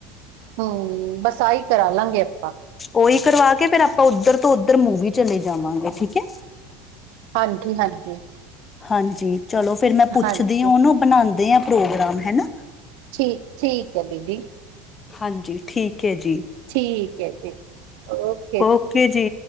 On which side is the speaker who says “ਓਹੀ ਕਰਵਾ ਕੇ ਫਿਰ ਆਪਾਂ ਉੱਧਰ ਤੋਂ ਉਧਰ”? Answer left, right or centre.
Left